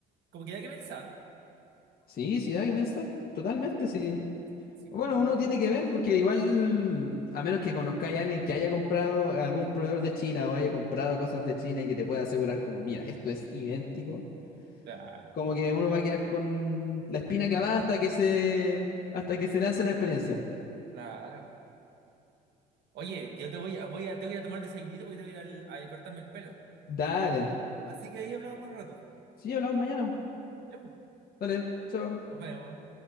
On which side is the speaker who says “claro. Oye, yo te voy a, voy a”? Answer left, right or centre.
Right